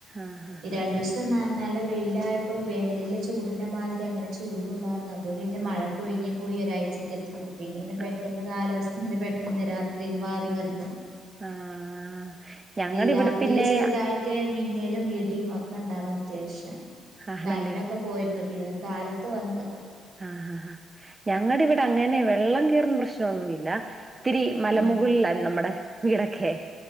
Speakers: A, on the right; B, on the right.
A: ആഹ് ആഹ്
B: ഈ രണ്ടുസ് ഇ നല്ല വെയിലായപ്പോ വേനലയിലെ ചൂടിൻ്റെ മാതിരി അങ്ങനെ ചൂടു ഉണ്ടായിരുന്ന അപ്പം കര്തി മഴ കൊഴിഞ് പോയി ഒരാഴ്ചക്കെ എത്തിക് പിന്നെങ്ങനെ പെട്ടെന്ന്
A: ആഹ്
B: കാലാവസ്ഥ ഇങ്ങനെ പെട്ടെന്ന് രാത്രിയിൽ മാറി മറിഞ്
A: ആഹ് ഞങ്ങടെ
B: രാത്രിയിൽ
A: ഇവിടെ പിന്നെ
B: ചെറുതായിട്ട് മറ്റേ മിന്നലും ഇടിയും ഒക്കെ ഉണ്ടായിരുന്നു അത്യാവശ്യം
A: ആണല്ലേ
B: കറണ്ടൊക്കെ പോയിരുന്നു പിന്നെ കാലത്ത് വന്ന്
A: ആഹ് ഹാ ഞങ്ങുടെ ഇവിടെ അങ്ങനെ വെള്ളം കയറുന്ന പ്രശ്നംന്നുല്ല ഒത്തിരി മലമുകളില
B: ആഹ്
A: നമ്മുടെ വീടൊക്കെ